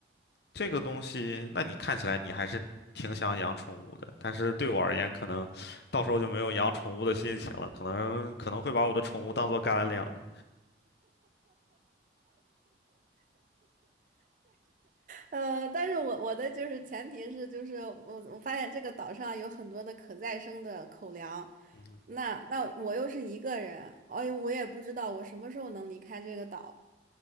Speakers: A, on the left; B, on the right.
A: 这个东西，那你看起来你还是挺想养宠物的，但是对我而言，可能到时候就没有养宠物的心情了，可能可能会把我的宠物当做干粮。的。
B: 呃，但是我我的就是前提是，就是我我发现这个岛上有很多的可再生的口粮，
A: 嗯哼，
B: 那那我又是一个人，哎呦，我也不知道我什么时候能离开这个岛，